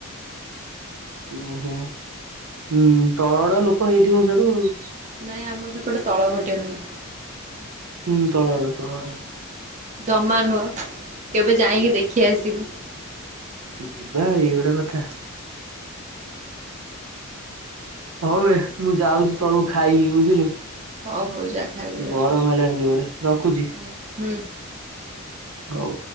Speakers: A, on the right (about 80°); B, on the right (about 35°).
A: ଓହୋ ହୁଁ ତଳଆଡିଆ ଲୋକ ହେଇଥିବ ସେଇଆଡୁ ଆଉ।
B: ନାଇଁ ଆମର ସେପଟେ ତଳ ଘାଟିଆ ନୁହଁ।
A: ହୁଁ ତଳଆଡୁଆ ତଳଆଡୁଆ।
B: ଜମା ନୁହଁ, କେବେ ଯାଇଁକି ଦେଖି ଆସିବୁ।
A: ଯିବା ଏଇ ଗୋଟେ କଥା। ହଉ ଵେ ମୁଁ ଯାଉଚି ତଳକୁ ଖାଇବି ବୁଝିଲୁ।
B: ହଉ ହଉ ଯା ଖାଇବୁ ଯା
A: ଗରମ ହେଲାଣି ଜୋଅରେ ରଖୁଛି।
B: ହୁଁ ହୁଁ।
A: ହଉ।